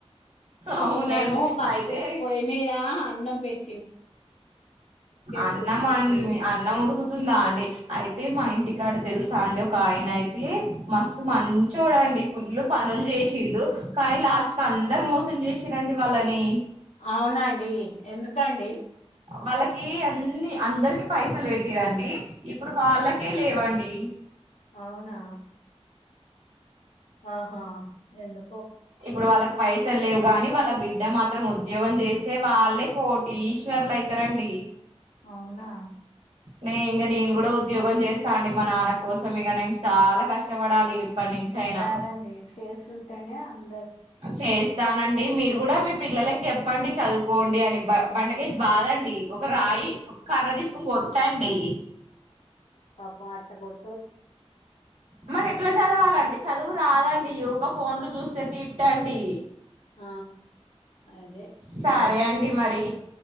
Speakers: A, on the right; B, on the left.
A: అవునండి
B: మేము పప్పు
A: అయితే
B: పొయ్యి మీదా అన్నం పెట్
A: అన్నం
B: చూసుకుంటున్నా
A: అ అన్నం ఉడుకుతుందా అండీ అయితే మా ఇంటికాడ తెలుసా అండి ఒక ఆయన అయితే మస్త్ మంచోడండి ఫుల్ పనులు చే చిండు కాని లాస్ట్ కందరు మోసం చేసిర్రండి వాళ్ళని
B: అవునా అఎడి ఎందుకండి?
A: వాళ్ళకి అన్ని అందరికి పైసలు పెట్టిరండి ఇప్పుడు వాళ్ళకే లేవండి.
B: అవునా ఆహా ఎందు
A: ఇప్పుడు వాళ్ళకి పైస లేవు గాని వాళ్ళ బిడ్డ మాత్రం ఉద్యోగం చేస్సే వాళ్ళే కోటీశ్వర్లు అయితరండి.
B: అవునా?
A: నే ఇంకా నేను కూడా ఉద్యోగం చేస్తా అండి మా నాన్న కోసం ఇక చాలా కష్టపడాలి. ఇప్పటి నుంచి
B: చేయ్యాలండి
A: అయినా
B: చేస్తుంటేనే అందరు
A: చేస్తానండి మీరు కూడా మీ ప్ పిల్లలకి చెప్పండి చదువుకోండి అని బ బండకేసి బాదండి ఒక రాయి కర్ర తీసుకుని కొట్టండి.
B: కోట్ట కూడ్
A: మరి ఎట్లా చదవాలండి చదువు రాదం ఇవ్క ఫోన్లు చూస్తే తిట్టండి.
B: ఆ అదే పిల్లలు
A: సరే
B: అన్న
A: అండి మరి